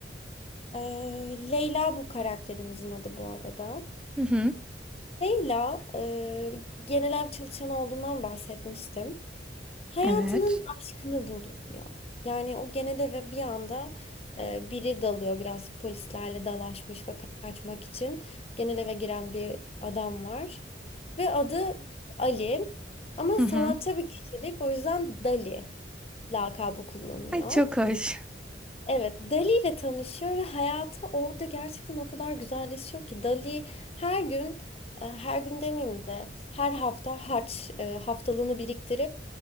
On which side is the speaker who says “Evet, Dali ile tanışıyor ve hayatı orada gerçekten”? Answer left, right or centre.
Left